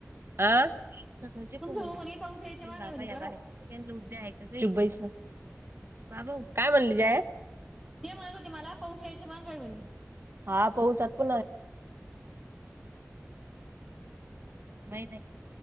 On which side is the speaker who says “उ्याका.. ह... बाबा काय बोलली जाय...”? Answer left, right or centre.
Right